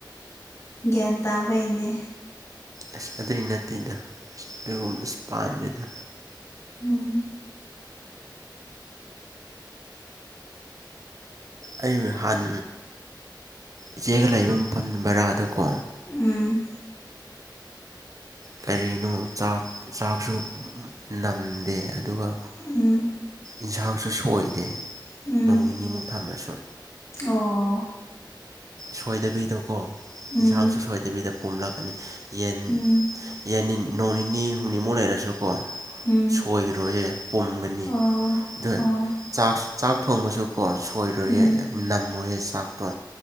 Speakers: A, on the left (about 35°); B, on the right (about 45°).
A: ꯒ꯭ꯌꯥꯟ ꯇꯥꯕꯩꯅꯦ
B: ꯑꯁ ꯑꯗꯨꯏ ꯅꯠꯇꯦꯗ ꯑꯁ ꯑꯗꯨꯒꯨꯝꯕ ꯑꯁ ꯄꯥꯝꯗꯗ
A: ꯎꯝ
B: ꯑꯩ ꯍꯥꯟ ꯏꯆꯦꯒ ꯂꯩꯕ ꯃꯐꯝ ꯕꯔꯥꯗ ꯀꯣ
A: ꯎꯝ
B: ꯀꯔꯤꯅꯣ ꯆꯥꯛ ꯆꯥꯛꯁꯨ ꯅꯝꯗꯦ ꯑꯗꯨꯒ
A: ꯎꯝ
B: ꯏꯟꯁꯥꯡꯁꯨ ꯁꯣꯏꯗꯦ
A: ꯎꯝ
B: ꯅꯣꯡ ꯅꯤꯅꯤꯃꯨꯛ ꯊꯝꯃꯁꯨ
A: ꯑꯣ
B: ꯁꯣꯏꯗꯕꯤꯗꯀꯣ
A: ꯎꯝ
B: ꯌꯦꯟꯁꯥꯡꯁꯨ ꯁꯣꯏꯗꯕꯤꯗ ꯄꯨꯝꯝꯂꯛꯀꯅꯤ ꯌꯦꯟ
A: ꯎꯝ
B: ꯌꯦꯅꯤꯟ ꯅꯣꯡꯅꯤ ꯍꯨꯡꯅꯤ ꯃꯣ ꯂꯩꯥꯏꯔꯁꯨꯀꯣ
A: ꯎꯝ
B: ꯁꯣꯏꯔꯣꯏꯌꯦ ꯄꯨꯝꯒꯅꯤ
A: ꯑꯣ
B: ꯑꯗꯨ
A: ꯑꯣ
B: ꯆꯥꯛ ꯆꯥꯛ ꯊꯣꯡꯕꯁꯨ ꯍꯣ ꯁꯣꯏꯔꯣꯏꯌꯦ
A: ꯎꯝ
B: ꯅꯝꯃꯣꯏꯌꯦ ꯆꯥꯛꯇꯣ